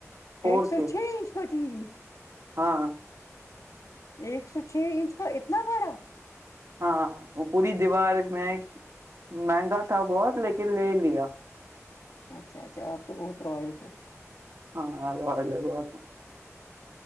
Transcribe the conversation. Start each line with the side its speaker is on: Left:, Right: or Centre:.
Right: فور
Left: ایک سو
Right: کے
Left: چھ انچ کا ٹی وی
Right: ہاں
Left: ایک سو چھ انچ کا اتنا بڑا
Right: ہاں وہ پوری دیوار میں مہنگا تھا بہت لیکن لے لیا
Left: اچھا اچھا آپ تو بہت رائل ہو
Right: ہاں رویل ہے بہت